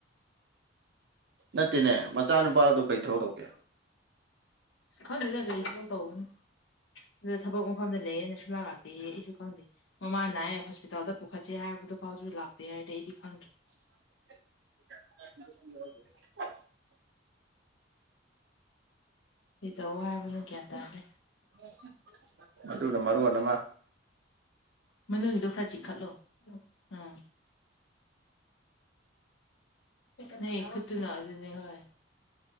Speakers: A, on the right; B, on the left.
A: ꯅꯠꯇꯦꯅꯦ ꯃꯆꯥ ꯅꯨꯄꯥꯗꯣ ꯀꯩ ꯊꯕꯛ ꯇꯧꯒꯦꯅꯦ
B: ꯑ ꯈꯪꯗꯦꯗ ꯀꯔꯤ ꯊꯕꯛ ꯇꯧꯕꯅꯣ ꯑꯗꯨꯗ ꯊꯕꯛ ꯃꯐꯝꯗ ꯂꯩꯌꯦꯅ ꯁꯨꯡꯂꯥꯛ ꯂꯥꯛꯇꯦ ꯌꯦ ꯑꯩꯁꯨ ꯈꯪꯗꯦ ꯃꯃꯥꯅ ꯍꯥꯏ ꯍꯣꯁꯄꯤꯇꯥꯜꯗ ꯄꯨꯈꯠꯁꯦ ꯍꯥꯏꯕꯗꯨ ꯐꯥꯎꯁꯨ ꯂꯥꯛꯇꯦ ꯍꯥꯏꯔꯗꯤ ꯑꯩꯗꯤ ꯈꯪꯗ꯭ꯔꯦ
A: <unintelligible>
B: ꯀꯤꯗꯧ ꯍꯥꯏꯕꯅꯣ ꯒ꯭ꯌꯥꯟ ꯇꯥꯗꯦ
A: <inaudible> ꯑꯗꯨꯅ ꯃꯔꯣꯟ ꯑꯃ
B: ꯃꯅꯨꯡꯒꯤꯗꯣ ꯈꯔ ꯆꯤꯛꯈꯠꯂꯣ ꯎꯝ ꯅ <unintelligible> ꯈꯠꯇꯅ ꯑꯗꯨꯅꯦ ꯍꯣꯢ